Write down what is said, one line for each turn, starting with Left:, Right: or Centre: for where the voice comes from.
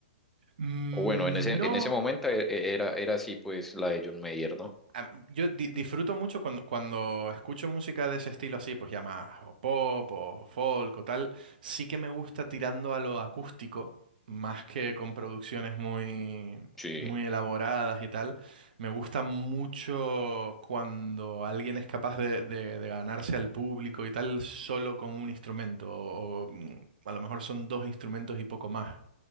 Right: Mm,
Centre: O bueno, en ese,
Right: No,
Centre: en ese momento e- e- era, era así pues la de John Mayer, ¿no?
Right: a- Yo di- disfruto mucho cuando, cuando escucho música de ese estilo así, pues ya más o pop o folk o tal, sí que me gusta tirando a lo acústico, más que con producciones muy,
Centre: Sí,
Right: muy elaboradas y tal. Me gusta mucho cuando alguien es capaz de, de- de ganarse al público y tal solo con un instrumento, o, o, mm, a lo mejor son dos instrumentos y poco más.